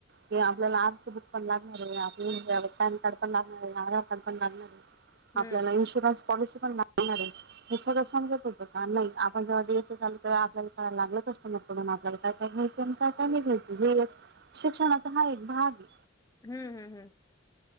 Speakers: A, on the right; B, on the left.
A: की आपल्याला आस -- पण लागणार आपल्याला पॉनकार्डेपण लागणार. आधाकार्डपण लागणार हाय.
B: हम्म
A: आपल्याला इन्शुरन्स पॉलिसी पण मिणार आहे हे सगळं सांगत होतं का नाही आपण जेव्हा झालं आपल्याला काय लागलं कस्टमर कडून आपल्याला काय काय घ्यायचं आणि काय काय नाही घ्यायच हे शिक्षणाचा हा एक भाग ये.
B: हम्म, हम्म, हम्म.